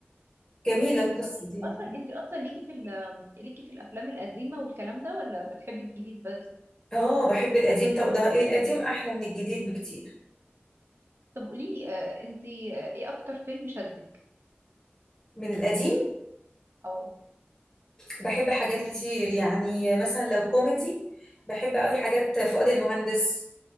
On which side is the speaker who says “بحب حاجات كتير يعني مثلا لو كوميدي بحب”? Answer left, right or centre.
Left